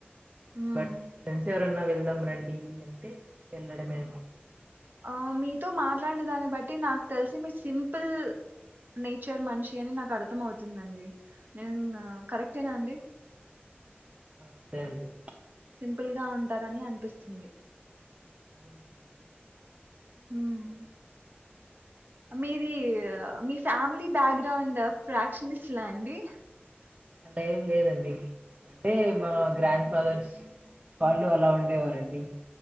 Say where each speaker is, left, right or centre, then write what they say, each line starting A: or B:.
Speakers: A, on the right (about 50°); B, on the right (about 30°).
A: మ్మ్
B: బట్ ఫ్రెండ్స్ ఎవరన్నా వెళ్దాం రండి అంటే వెళ్ళడమే
A: ఆ మీతో మాట్లాడిన దాన్ని బట్టి నాకు తెలిసి మీరు సి సిపుల్ నేచర్ మనిషి అని నాకు అర్థం అవుతుందండి నేను కరెక్టేనా అండి
B: అదే అండి
A: సింపుల్ గా ఉంటారని అనిపిస్తుంది
B: అవునండి
A: మ్మ్ మీది మీ ఫ్యామిలీ బ్యాక్ గ్రౌండ్ ఫ్రాక్స్ లిస్ట్ లా అండి
B: అలా ఏం లేదండి అంటే మా గ్రాండ్ ఫాదర్స్ వాళ్ళు అలా ఉండేవారండి